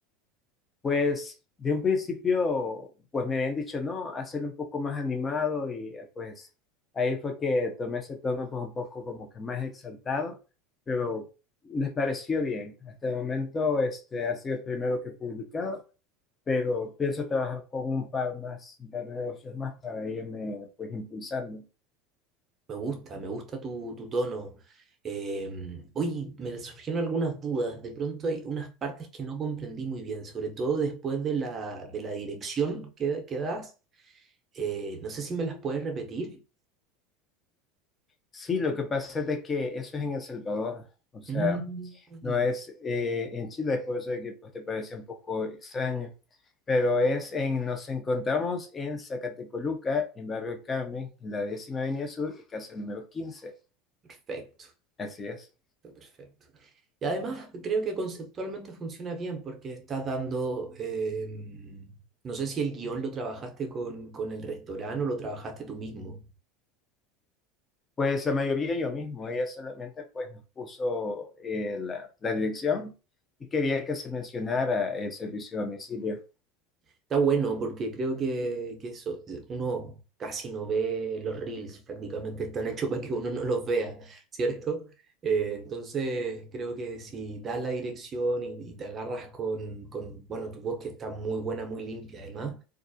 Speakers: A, on the left; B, on the right.
A: Pues de un principio, pues me habían dicho, no, hacerlo un poco más animado y eh, pues ahí fue que tomé ese tono pues un poco como que más exaltado, pero les pareció bien. Hasta el momento este ha sido el primero que he publicado, pero pienso trabajar con un par más, un par de negocios más para irme pues impulsando.
B: Me gusta, me gusta tu, tu tono. Eh, oye, me surgieron algunas dudas. De pronto hay unas partes que no comprendí muy bien, sobre todo después de la, de la dirección que, que das. Eh, no sé si me las puedes repetir.
A: Sí, lo que pasa es de que eso es en El Salvador, o sea...
B: Mm,
A: No es eh, en Chile, es por eso de que pues, te parece un poco extraño, pero es en, nos encontramos en Zacatecoluca, en Barrio El Carmen, en la décima avenida sur y casa número quince
B: perfecto,
A: así es.
B: está perfecto. Y además creo que conceptualmente funciona bien porque estás dando, eh, no sé si el guión lo trabajaste con, con el restaurante o lo trabajaste tú mismo.
A: Pues la mayoría yo mismo, ella solamente pues nos puso eh, la, la dirección y quería que se mencionara el servicio a domicilio.
B: Está bueno porque creo que, que eso, uno casi no ve los reels, prácticamente están hechos para que uno no los vea, ¿cierto? Eh, entonces creo que si das la dirección y, y te agarras con, con, bueno, tu voz que está muy buena, muy limpia además,